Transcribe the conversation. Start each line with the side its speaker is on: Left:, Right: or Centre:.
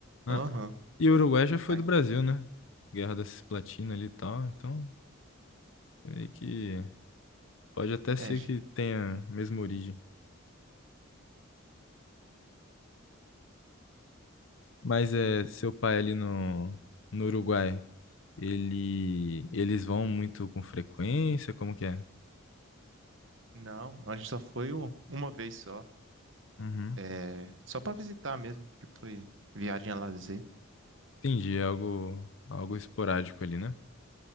Left: Ah,
Right: Aham.
Left: E o Uruguai já foi
Right: Aí.
Left: do Brasil, né? Guerra da Cisplatina ali e tal, então meio que pode até ser
Right: É,
Left: que tenha a mesma origem. Mas é seu pai ali no, no Uruguai, ele eles vão muito com frequência? Como que é?
Right: não, a gente só foi u- uma vez só.
Left: Uhum.
Right: É, só pra visitar mesmo, que foi viagem a lazer.
Left: Entendi, é algo algo esporádico ali, né?